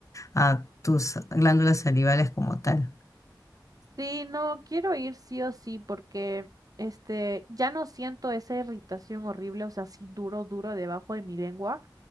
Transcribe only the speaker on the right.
Sí, no, quiero ir sí o sí porque este ya no siento esa irritación horrible, o sea, así duro, duro debajo de mi lengua,